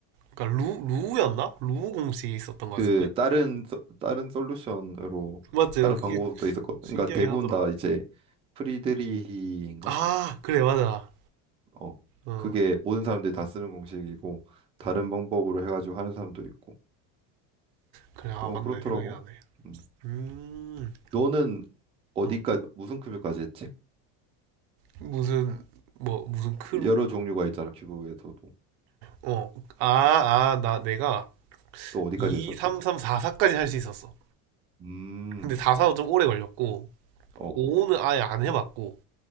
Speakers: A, on the right (about 80°); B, on the right (about 15°).
A: 그러니까 루 루우였나? 루우 공식이 있었던 것
B: 그
A: 같은데.
B: 다른 소- 다른 솔루션으로
A: 맞지?
B: 하는
A: 나 그게
B: 방법도 있었거든.
A: 신기하긴
B: 그러니까 대부분
A: 하더라.
B: 다 이제 프리드리히인가?
A: 아 그래 맞아.
B: 어.
A: 어
B: 그게 모든 사람들이 다 쓰는 공식이고 다른 방법으로 해가지고 하는 사람도 있고.
A: 그래 아
B: 그-
A: 맞네
B: 어, 그렇더라고.
A: 생각이 나네.
B: 음.
A: 음.
B: 너는 어디까지
A: 어.
B: 무슨 급여까지 했지?
A: 무슨 뭐 무슨 크루?
B: 여러 종류가 있잖아. 기부에서도.
A: 어. 아, 아, 나 내가
B: 또 어디까지
A: 2,
B: 했었지?
A: 3, 3, 4, 4까지 할 수 있었어.
B: 음.
A: 근데 4, 4도 좀 오래 걸렸고
B: 어.
A: 5는 아예 안 해봤고